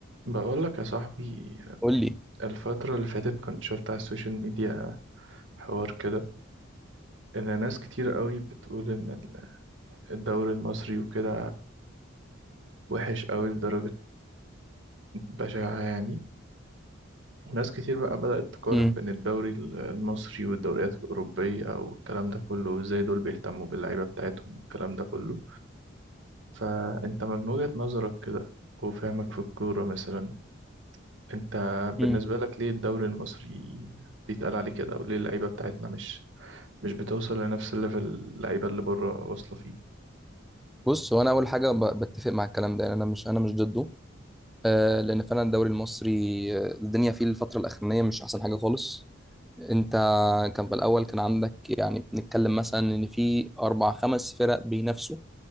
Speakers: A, on the right (about 70°); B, in the centre.
A: بقول لك يا صاحبي
B: قول لي
A: الفترة اللي فاتت كنت شفت على السوشيال ميديا حوار كده إن ناس كتير قوي بتقول إن ال- الدوري المصري وكده وحش قوي لدرجة بشعة يعني وناس كتير بقى بدأت تقارن
B: امم
A: بين الدوري ال- المصري والدوريات الأوروبية والكلام ده كله وإزاي دول بيهتموا باللعيبة بتاعتهم والكلام ده كله فأنت من وجهة نظرك كده وفهمك في الكورة مثلا انت
B: امم
A: بالنسبة لك ليه الدوري المصري بيتقال عليه كده وليه اللعيبة بتاعتنا مش مش بتوصل لنفس الليفل اللعيبة اللي بره واصلة فيه
B: بص هو انا اول حاجه ب- بتفق مع الكلام ده يعني انا مش انا مش ضده آه لان فعلا الدوري المصري آه، الدنيا فيه الفتره الاخرانيه مش احسن حاجه خالص انت كان في الاول كان عندك يعني بنتكلم مثلا ان في اربع خمس فرق بينافسوا